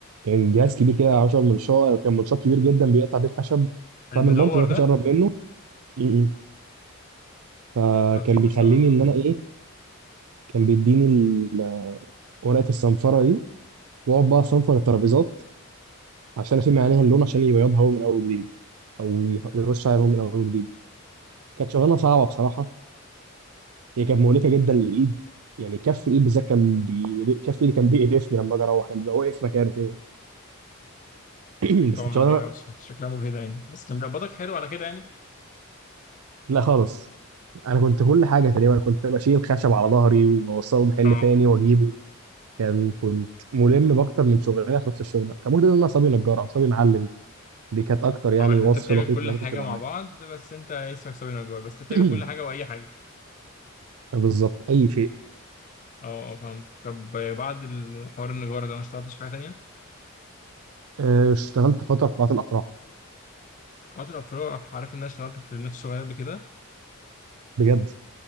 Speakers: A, on the right; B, on the left.
A: كان جهاز كبير كده 10 منشار كان منشار كبير جدا بيقطع بيه خشب
B: المدور
A: فاهم المنطق ما
B: ده
A: فيش اقرب منه م-م. فكان
B: خطير
A: بيخليني
B: بصراحة
A: ان انا ايه كان بيديني ال- ورقه الصنفره دي واقعد بقى اصنفر الترابيزات عشان افهم عليها اللون عشان يبيضها هو من اول وجديد او ي- يرش عليها هو من اول وجديد كانت شغلانه صعبه بصراحه هي كانت مهلكه جدا للايد يعني كف الايد بالذات كان بي... كف ايدي كان بيقرفني لما اجي اروح كان بيبقى واقف مكانه كده <clears throat>
B: أكيد
A: بس
B: طبعا
A: كانت
B: ما
A: شغلانه
B: هي ش- شكلها مجهدة يعني بس كان بيقبضك حلو على كده يعني
A: لا خالص انا كنت كل حاجه تقريبا كنت بشيل خشب على ظهري واوصله محل
B: اه
A: تاني واجيبه كان كنت ملم باكتر من شغلانه في نفس الشغل كان ممكن ان انا صبي نجار او صبي معلم دي كانت اكتر يعني
B: اه اللي
A: وصف
B: أنت بتعمل
A: دقيق
B: كل
A: ما أنا
B: حاجة
A: كنت بعمله
B: مع بعض بس أنت اسمك سوي نجار بس أنت بتعمل كل
A: <clears throat>
B: حاجة وأي حاجة
A: بالظبط اي شيء
B: اه اه فهمت طب بعد الحوار النجارة ده ما اشتغلتش في حاجة تانية؟
A: آه، اشتغلت فتره في قاعات الافراح
B: قطع الأفراد عارف إن أنا اشتغلت في نفس الشغلانة قبل كده
A: بجد